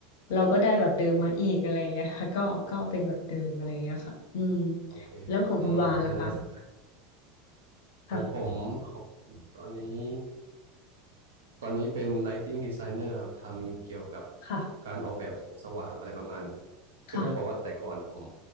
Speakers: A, on the left; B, on the right.
A: เราก็ได้แบบเดิมมาอีกอะไรเงี้ยค่ะก็ก็เป็นแบบเดิมอะไรเงี้ยค่ะอืม
B: อืมโอเค
A: แล้วของคุณวาล่ะคะ
B: อืมอืมน่าสนใจ
A: ค่ะ
B: ของผมของผมตอนนี้ ตอนนี้เป็น Lighting Designer ครับทำเกี่ยวกับ
A: ค่ะ
B: การออกแบบแสงสว่างอะไรประมาณนี้ครับคือต้องบอกว่าแต่ก่อนผม
A: ค่ะ